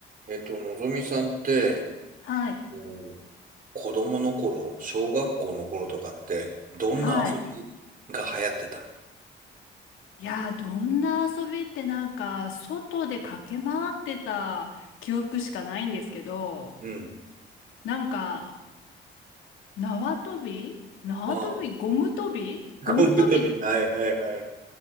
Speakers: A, on the right (about 45°); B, on the left (about 80°).
A: えっと、のぞみさんって、
B: はい。
A: もう子供の頃、小学校の頃とかって、どんな遊びが流行ってた
B: はい。いやー、どんな遊びってなんか、外で駆け回ってた記憶しかないんですけど、
A: うん。
B: なんか、縄跳び縄跳びゴム跳びゴム跳び、
A: ああ、昆布飛び。はいはいはい。